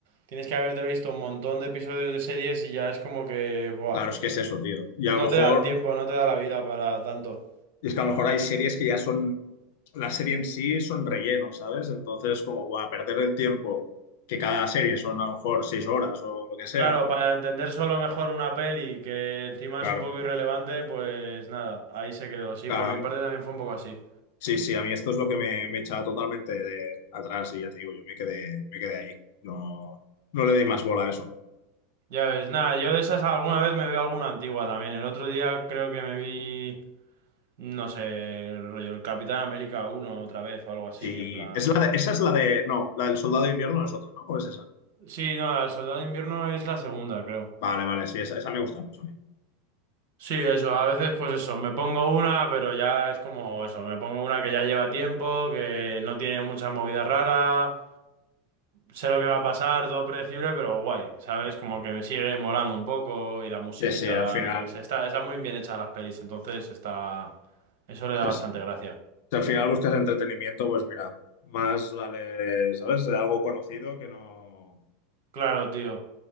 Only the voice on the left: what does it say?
claro, es que es eso, tío. Y
a lo mejor,
es que a lo mejor hay series que ya son, la serie en sí son relleno, ¿sabes? Entonces, como, guau, perder el tiempo, que cada serie son a lo mejor seis horas o lo que sea.
Claro,
claro.
Sí, sí, a mí esto es lo que me, me echaba totalmente de atrás y ya te digo, yo me quedé, me quedé ahí. No, no le di más bola a eso.
Sí,
es la de- esa es la de, no, la del Soldado de Invierno es otra, ¿no? ¿O es esa?
Vale, vale, sí, esa, esa me gusta mucho a mí.
Sí, sí, al final,
sí,
sí.
Si al final buscas entretenimiento, pues mira, más vale, ¿sabes? Algo conocido que no.